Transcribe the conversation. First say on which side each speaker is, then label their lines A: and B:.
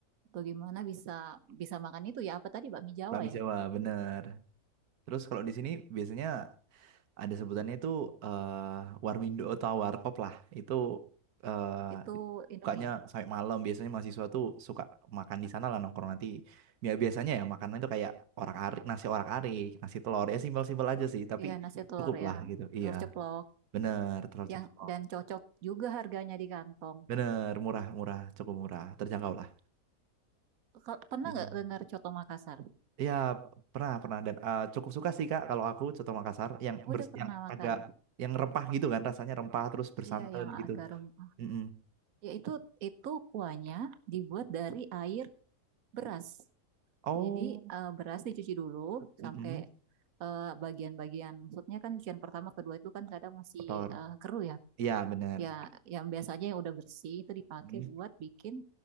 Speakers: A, on the right; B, on the right.
A: Atau gimana bisa bisa makan itu ya? Apa tadi bakmi Jawa
B: bakmi
A: ya?
B: Jawa benar. Terus kalau di sini biasanya ada sebutannya itu eh, Warmindo atau Warkop lah. Itu eh,
A: Itu
B: it-
A: Indomie.
B: bukanya sampai malam biasanya mahasiswa tuh suka makan di sana lah nongkrong nanti. Ya biasanya ya makanan itu kayak orak-arik, nasi orak-arik, nasi telur ya simpel-simpel aja sih, tapi
A: Iya nasi telur
B: cukup lah
A: yang
B: gitu. Iya,
A: telur ceplok
B: bener terlalu cepet.
A: yang dan cocok juga harganya di kantong.
B: Bener, murah-murah, cukup murah, terjangkau lah.
A: Kal- Pernah
B: Iya,
A: nggak
B: iya.
A: dengar coto Makassar?
B: Iya, pernah pernah dan eh, cukup suka sih Kak kalau aku coto Makassar yang
A: Oh,
B: bers-
A: udah pernah
B: yang
A: makan.
B: agak yang rempah gitu kan rasanya rempah terus bersantan
A: Iya yang
B: gitu.
A: agak rempah.
B: Mm-mm.
A: Ya itu itu kuahnya dibuat dari air beras.
B: Oh,
A: Jadi eh, beras dicuci dulu
B: mm-mm.
A: sampai eh, bagian-bagian maksudnya kan cucian pertama kedua itu kan kadang masih
B: Kotor.
A: eh, keruh ya.
B: Iya, benar.
A: Ya yang biasanya yang udah bersih itu dipakai
B: Mm.
A: buat bikin